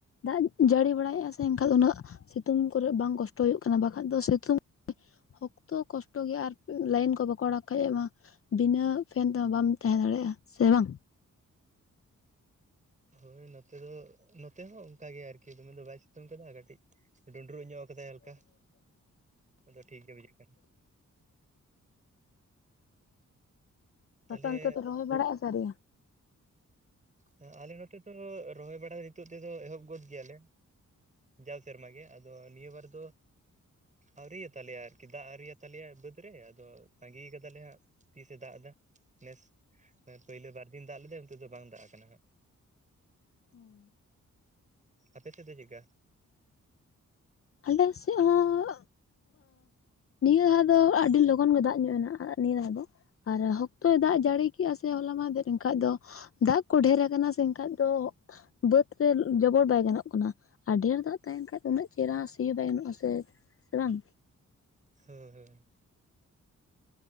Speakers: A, on the left; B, on the right.
A: ᱫᱟᱜ ᱡᱟᱹᱲᱤ ᱵᱟᱲᱟᱭᱮᱫᱼᱟ ᱥᱮ ᱮᱱᱠᱷᱟᱱ ᱩᱱᱟᱹᱜ ᱥᱤᱛᱩᱝ ᱠᱚᱨᱮ ᱵᱟᱝ ᱠᱚᱥᱴᱚ ᱦᱩᱭᱩᱜ ᱠᱟᱱᱟ ᱵᱟᱠᱷᱟᱡ ᱫᱚ ᱥᱤᱛᱩᱝ ᱚᱠᱛᱚ ᱠᱚᱥᱴᱚ ᱜᱮᱭᱟ ᱟᱨ ᱞᱟᱭᱤᱱ ᱠᱚ ᱵᱟᱠᱚ ᱚᱲᱟᱜ ᱠᱷᱟᱡ ᱢᱟ ᱵᱤᱱᱟᱹ ᱯᱷᱮᱱ ᱛᱮᱦᱚᱸ ᱵᱟᱢ ᱛᱟᱦᱮᱸ ᱫᱟᱲᱮᱭᱟᱜᱼᱟ ᱥᱮ ᱵᱟᱝ
B: ᱦᱳᱭ ᱱᱚᱛᱮ ᱫᱚ ᱱᱚᱛᱮ ᱦᱚᱸ ᱚᱱᱠᱟ ᱜᱮ ᱟᱨᱠᱤ ᱫᱚᱢᱮ ᱫᱚ ᱵᱟᱭ ᱥᱤᱛᱩᱝ ᱠᱟᱫᱟ ᱠᱟᱹᱴᱤᱡ ᱰᱩᱸᱰᱨᱩᱜ ᱧᱚᱜ ᱫᱟᱜ ᱠᱟᱫᱟᱭ ᱦᱟᱞᱠᱟ ᱟᱫᱚ ᱴᱷᱤᱠ ᱜᱮ ᱵᱩᱡᱷᱟᱹᱜ ᱠᱟᱱᱟ ᱛᱟᱦᱚᱞᱮ
A: ᱟᱯᱮ ᱚᱱᱛᱮ ᱫᱚ ᱨᱚᱦᱚᱭ ᱵᱟᱲᱟᱜᱼᱟᱥᱮ ᱟᱹᱣᱨᱤ
B: ᱦᱮᱸ ᱟᱞᱮ ᱱᱚᱛᱮ ᱫᱚ ᱨᱚᱦᱚᱭ ᱵᱟᱲᱟ ᱱᱤᱛᱚᱜ ᱛᱮᱫᱚ ᱮᱦᱚᱵ ᱜᱚᱫ ᱜᱮᱭᱟ ᱞᱮ ᱡᱟᱣ ᱥᱮᱨᱢᱟ ᱜᱮ ᱟᱫᱚ ᱱᱤᱭᱟᱹ ᱵᱟᱨ ᱫᱚ ᱟᱹᱣᱨᱤᱭᱟ ᱛᱟᱞᱮᱭᱟ ᱟᱨ ᱫᱟᱜ ᱟᱹᱣᱨᱤᱭᱟ ᱛᱟᱞᱮᱭᱟ ᱵᱟᱹᱫ ᱨᱮ ᱟᱫᱚ ᱛᱟᱸᱜᱤ ᱠᱟᱫᱟᱞᱮ ᱦᱟᱸᱜ ᱛᱤᱥ ᱮ ᱫᱟᱜ ᱫᱟ ᱱᱮᱥ ᱯᱳᱭᱞᱳ ᱵᱟᱨ ᱫᱤᱱ ᱫᱟᱜ ᱞᱮᱫᱟ ᱚᱱᱟ ᱛᱮᱫᱚ ᱵᱟᱝ ᱫᱟᱜ ᱠᱟᱱᱟ ᱠᱟᱱᱟ ᱦᱟᱸᱜ
A: ᱦᱮᱸ
B: ᱟᱯᱮ ᱥᱮᱫ ᱫᱚ ᱪᱮᱜᱠᱟ
A: ᱟᱞᱮ ᱥᱮᱫ ᱦᱚᱸ ᱱᱤᱭᱟᱹ ᱫᱷᱟᱣ ᱫᱚ ᱟᱹᱰᱤ ᱞᱚᱜᱚᱱ ᱜᱮ ᱫᱟᱜ ᱧᱚᱜ ᱱᱟ ᱱᱤᱭᱟᱹ ᱫᱷᱟᱣ ᱫᱚ ᱟᱨ ᱦᱚᱠᱛᱚᱭ ᱫᱟᱜ ᱡᱟᱹᱲᱤ ᱠᱮᱜᱼᱟ ᱥᱮ ᱦᱚᱞᱟ ᱢᱟᱸᱫᱷᱮᱨ ᱮᱱᱠᱷᱟᱡ ᱫᱚ ᱫᱟᱜ ᱠᱚ ᱰᱷᱮᱹᱨ ᱠᱟᱱᱟ ᱥᱮ ᱮᱱᱠᱷᱟᱡ ᱫᱚ ᱵᱟᱹᱫ ᱨᱮ ᱡᱚᱵᱚᱲ ᱵᱟᱭ ᱜᱟᱱᱚᱜ ᱠᱟᱱᱟ ᱟᱨ ᱰᱷᱮᱨ ᱫᱟᱜ ᱛᱟᱸᱦᱮᱱ ᱠᱷᱟᱡ ᱫᱚ ᱩᱱᱟᱹᱜ ᱪᱮᱨᱟ ᱥᱤ ᱦᱚᱸ ᱵᱟᱭ ᱮᱢᱚᱜ ᱟᱥᱮ ᱥᱮ ᱵᱟᱝ
B: ᱦᱩᱸ ᱦᱩᱸ